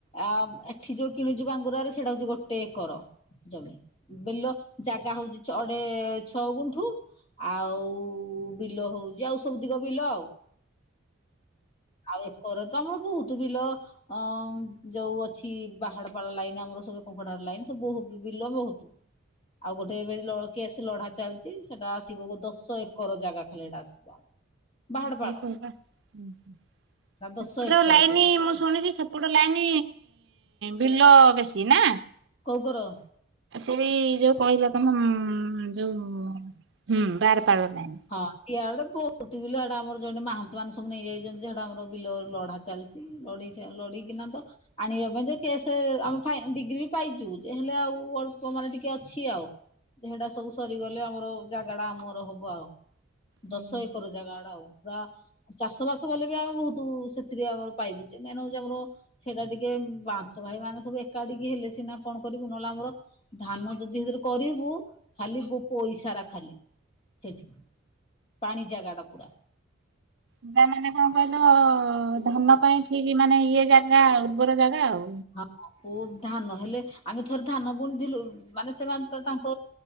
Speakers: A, on the left (about 30°); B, on the right (about 60°).
A: ଆ ଏଠି ଯୋଉ କିଣୁଚି ବାଙ୍ଗୁରାରେ ସେଇଟା ହଉଚି ଗୋଟେ ଏକର। ଜମି ବିଲ ଜାଗା ହଉଚି ଅଡେ ଛଅ ଗୁଣ୍ଠୁ ଆଉ ବିଲ ହଉଚି ଆଉ ସବୁ ତିକ ବିଲ ଆଉ। ଆଉ ଏକର ତ ଆମର ବୋହୁତ ତ ବିଲ ଅଁ ଯୋଉ ଅଛି ବାହାଡପାଳ ଲାଇନ୍ ଆମର ସ କଙ୍କଡା ହାଡ଼ ଲାଇନ୍ ସବୁ ବହୁ ବିଲ ବୋଉତ ଆଉ ଗୋଟେ ଏବେ ଲ କେସ୍ ଲଢା ଚାଲିଚି ସେଟା ଆସିବ ଦଶ ଏକର ଜାଗା ଖାଲି ସେଟା ଆସିବ। ବାହାଡପାଳ
B: ସେପଟର
A: ଦଶ ଏକର
B: ଲାଇନ୍
A: ଖାଲି
B: ମୁଁ ଶୁଣିଚି ସେପଟ ଲାଇନ୍ ବିଲ ବେଶୀ ନା?
A: କୋଉ କର
B: ସେଇ ଯୋଉ କହିଲ ତମେ ମ୍ ଯୋଉ ହୁଁ ବାର ପାର ଲାଇନ୍
A: ହଁ ଇଆଡେ ବହୁତ ବିଲ ଏଡା ଆମର ଜଣେ ମହାନ୍ତି ମାନେ ସବୁ ନେଇଯାଇଛନ୍ତି ଯେ ହେଟା ଆମର ବିଲ ଲଢା ଚାଲିଚି ଲଢେଇ ସେ ଲଢ଼ିକି ନା ତ ଆଣିବା ପାଇଁ ଯେ କେସ୍ ଆମେ ଫା ଡିଗ୍ରୀ ବି ପାଇଚୁ ଯେ ହେଲେ ଆଉ ଅଳ୍ପ ମାନେ ଟିକେ ଅଛି ଆଉ। ଯେ ହେଟା ସବୁ ସରିଗଲେ ଆମର ଜାଗା ଟା ଆମର ହବ ଆଉ।
B: ହୁଁ।
A: ଦଶ ଏକର ଜାଗା ହେଟା ଆଉ। ପୁରା ଚାଷ ବାସ କଲେ ବି ଆମେ ବହୁତ ସେଥିରେ ଆମର ପାଇବୁ ଚିହ୍ନା ନୁହୁଯେ ଆମର ସେଇଟା ଟିକେ ଉଁ ପାଞ୍ଚ ଭାଇ ମାନେ ସବୁ ଏକାଠିକି ହେଲେ ସିନା କଣ କରିବୁ ନହେଲେ ଆମର ଧାନ ଯଦି ସେଥିରେ କରିବୁ ଖାଲି ଗୋ ପଇସାରା ଖାଲି ସେଠି ପାଣି ଜାଗା ଟା ପୁରା।
B: ପୁରା ମାନେ କଣ କହିଲ ଧାନ ପାଇଁ ଠିକ ମାନେ ଇଏ ଜାଗା ଉର୍ବର ଜାଗା ଆଉ।
A: ହଁ। ବହୁତ ଧାନ ହେଲେ ଆମେ ଥରେ ଧାନ ବୁଣିଥିଲୁ ମାନେ ସେମାନେ ତ ତାଙ୍କ